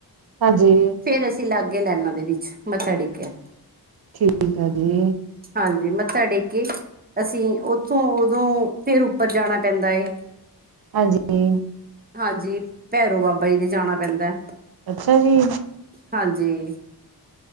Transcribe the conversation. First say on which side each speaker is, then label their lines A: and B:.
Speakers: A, on the right; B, on the right.
A: ਹਾਂਜੀ।
B: ਫੇਰ ਅਸੀਂ ਲਾਗੇ ਲੈਨਾ ਦੇ ਵਿੱਚ ਮੱਥਾ ਟੇਕੇਆ।
A: ਠੀਕ ਆ ਜੀ।
B: ਹਾਂਜੀ ਮੱਥਾ ਟੇਕ ਕੇ ਅਸੀਂ ਓਥੋਂ ਓਦੋਂ ਫੇਰ ਉੱਪਰ ਜਾਣਾ ਪੈਂਦਾ ਏ।
A: ਹਾਂਜੀ।
B: ਹਾਂਜੀ ਭੈਰੋ ਬਾਬਾ ਜੀ ਦੇ ਜਾਣਾ ਪੈਂਦਾ ਐ।
A: ਅੱਛਾ ਜੀ।
B: ਹਾਂਜੀ।